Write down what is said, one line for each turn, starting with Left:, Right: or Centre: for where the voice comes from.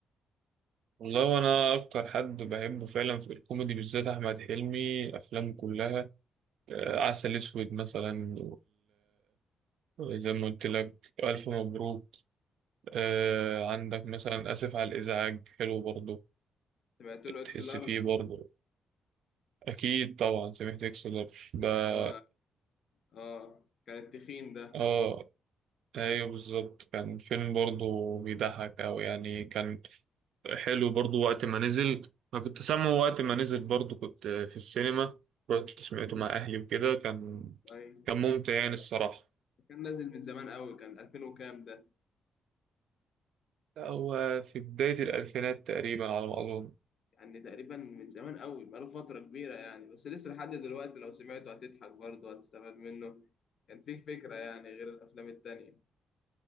Right: والله وأنا أكتر حد بحبه فعلا في الكوميدي بالذات أحمد حلمي أفلامه كلها آه، عسل أسود مثلا زي ما قلت لك ألف مبروك آه
Left: مم.
Right: عندك مثلا آسف على الإزعاج حلو برضه
Left: سمعت
Right: بتحس
Left: له إكس لارج
Right: فيه برضه أكيد طبعا سمعت إكسلر ده
Left: اللي هو آه كان التخين ده
Right: آه أيوه بالظبط كان فيلم برضه بيضحك أوي يعني كان حلو برضه وقت ما نزل أنا كنت سامعه وقت ما نزل برضه كنت في السينما رحت سمعته مع أهلي وكده كان
Left: طيب
Right: كان ممتع يعني
Left: آه،
Right: الصراحة
Left: كان نازل من زمان قوي كان 2000 وكام ده
Right: هو في بداية الألفينات تقريبا على ما أظن
Left: يعني تقريبا من زمان قوي بقاله فترة كبيرة يعني بس لسه لحد دلوقتي لو سمعته هتضحك برضه هتستفاد منه كان فيه فكرة يعني غير الأفلام التانية